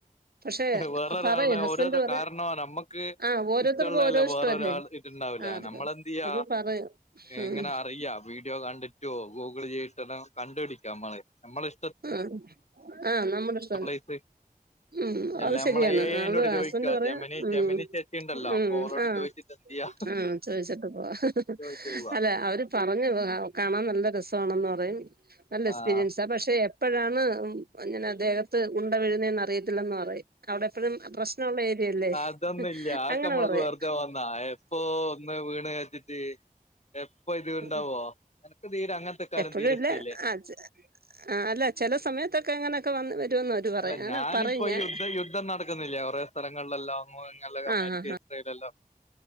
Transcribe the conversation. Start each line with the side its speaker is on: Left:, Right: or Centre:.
Right: പക്ഷെ
Left: വേറൊരാൾടെ
Right: പറയും ഹസ്ബൻഡ്
Left: ഓരോരോ
Right: പറ
Left: കാരണം നമ്മുക്ക്
Right: ആഹ് ഓരോരുത്തർക്കും
Left: ഇഷ്ടള്ളെല്ല
Right: ഓരോ ഇഷ്ടല്ലേ
Left: വേറൊരാ <unintelligible> ഇണ്ടാവുല
Right: ആഹ് അതൊക്കെ
Left: നമ്മളെന്തെയ്യ
Right: അപ്പൊ പറയും ഉം
Left: എങ്ങനെ അറിയ വീഡിയോ <unintelligible> <unintelligible> ഗൂഗിൾ ചെയ്തിട്ട്ല്ലാം കണ്ടുപടിക്കാം നമ്മള് നമ്മള <unintelligible>
Right: ആഹ ആഹ നമ്മുടെ ഇഷ്ട
Left: പ്ലേസ്
Right: ഉം
Left: എല്ലാ
Right: അത്
Left: നമ്മളെ
Right: ശരിയാണ്
Left: എ
Right: നള്
Left: ഐ ന്റോട് ചോദിക്കാ
Right: ഹസ്ബൻഡ് പറയാ
Left: ജെമിനി
Right: ഉ
Left: ജെമിനി ചേച്ചി ഉണ്ടല്ലോ
Right: ഉ
Left: അപ്പൊ ഓളോട്
Right: ആഹ
Left: ചോദിച്ചിട്ട് എന്ത്യ്യാ
Right: ആഹ ചോദിച്ചിട്ട് പോ ഹഹഹ
Left: ചോദിച്ചു പോവാ
Right: അല്ലെ അവര് പറഞ്ഞ ഉം കാണാൻ നല്ല രസ രസാണ് പറയും നല്ല
Left: ആഹ്
Right: എക്സ്പീരിയൻസാ പക്ഷെ ഇപ്പോഴാണ് ഉം ങ്ങനെ ദ്ദേഹത്ത് ഉണ്ട വീഴുന്നേ അറിയത്തില്ലെന്ന് പറഞ് അവിടെ എപ്പഴും പ്രശ്നമള്ള ഏരിയല്ലേ
Left: അതൊന്നുല്ല അതൊക്കെ
Right: അങ്ങനെ
Left: നമ്മൾക്ക്
Right: പറയാ
Left: വെറുതെ വന്നാ എപ്പോ ഒന്ന് വീണ് കരുതീട്ട് എപ്പൊ ഇത് ഉണ്ടാവോ
Right: ആഹ്
Left: എനക്ക് തീരെ അങ്ങനത്തെ കാരും
Right: എപ്പഴും
Left: തീരെ
Right: ഇല്ല
Left: ഇഷ്ടയില്ലേ
Right: ആ ആ അല്ല ചില സമയത്തൊക്കെ അങ്ങനെയൊക്കെ വന്ന് <unintelligible> പറയും
Left: അല്ല
Right: അങ്ങനെ
Left: ഞാനിപ്പോഈ
Right: പറയും ഞാൻ
Left: യുദ്ധ യുദ്ധം നടക്കുന്നില്ലേ കുറേ സ്ഥലങ്ങളിലല്ലോ <unintelligible>
Right: ആ
Left: അമേരിക്ക
Right: ആ
Left: ഇസ്രായലല്ലോ